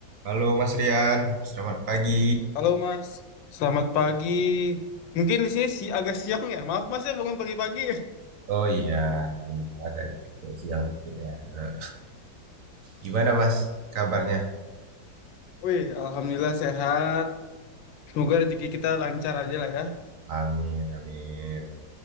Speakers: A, on the right; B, on the left.
A: Halo Mas Rian, selamat pagi.
B: Halo Mas, selamat pagi. Mungkin di sini si agak siang ya. Maaf Mas ya bangun pagi-pagi.
A: Oh iya, benar, agak agak siang dikit ya. Eh, Gimana Mas kabarnya?
B: <laughs> Wih, alhamdulillah sehat. Semoga rezeki kita lancar aja lah ya.
A: Amin, amin.